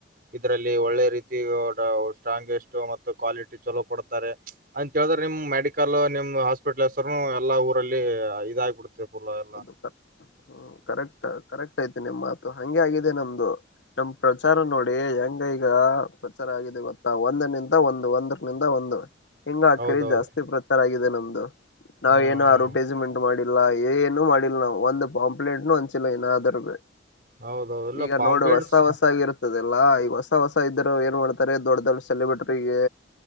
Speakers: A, on the right; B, on the left.
A: ಇದರಲ್ಲಿ ಒಳ್ಳೆ ರೀತಿ ಸ್ಟ್ರಾಂಸ್ಟ್ ಮತ್ತು ಕ್ವಾಲಿಟಿ ಚಲೋ ಕೊಡುತ್ತಾರೆ ಅಂತೇಳಿದ್ರೆ ನಿಮ್ ಮೆಡಿಕಲ್ ನಿಮ ಹಾಸ್ಪಿಟ್ಲ್ ಹೆಸರು ಎಲ್ಲಾ ಊರಲ್ಲಿ ಇದಬಡ್ ಬುಲ ಎಲ್ಲ
B: ಹ್ಮ ಕರೆಕ್ಟ್ ಕರೆಕ್ಟ್ ಐತೇನೆ ಮಾತು ಹಂಗೆ ಆಗಿದೆ ನಮ್ದು ನಮ ಪ್ರಚಾರ ನೋಡಿ ಹೆಂಗ ಈಗ ಪ್ರಚಾರ ಆಗಿದೆ ಗತ್ತಾ ಒಂದ ನಿಂದ ಒಂದು ಒಂದರ ನಿಂದ ಒಂದು ಹಿಂಗ ಆಕರಿ
A: ಹೌದೌದು
B: ಜಾಸ್ತಿ ಪ್ರಚಾರ ಆಗ ಇದೆ ನಮ್ದು ನಾವ್
A: ಹ್ಮ್
B: ಏನು
A: ಹ್ಮ್
B: ಅಡ್ವರ್ಟೈಸ್ಮೆಂಟ್ ಮಾಡಿ ಇಲ್ಲ ಏನು ಮಾಡಿಲ್ಲ ನಾವವು ಒಂದು ಕಾಂಪ್ಲೇಂಟ್ನು ಅಂಚಿಲ್ಲ ಇನ್ನಾದ್ರ
A: ಹೌದೌದು ಇಲ್ಲ
B: ಈಗ
A: ಪಾಂಪ್ಲೆಟ್ಸ್
B: ನೋಡು ಹೊಸ ಹೊಸಾಗಿ ಇರುತ್ತದೆ ಈ ಹೊಸ ಹೊಸ ಇದರು ಏನ್ ಮಾಡ್ತಾರೆ ದೊಡ್ಡ ದೊಡ್ಡ ಸೆಲೆಬ್ರಿಟಗೆ